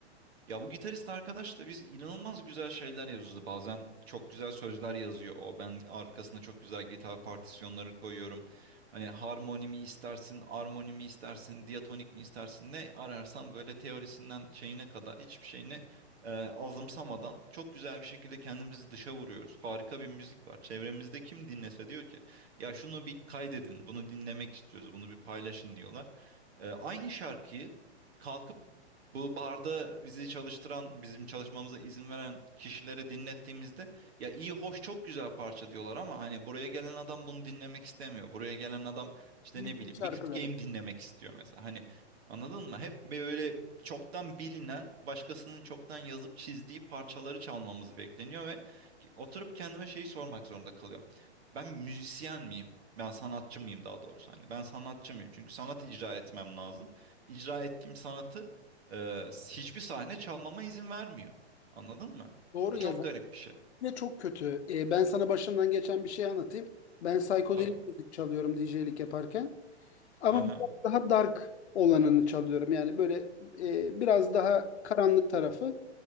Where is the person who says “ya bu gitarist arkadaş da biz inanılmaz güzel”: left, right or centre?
Right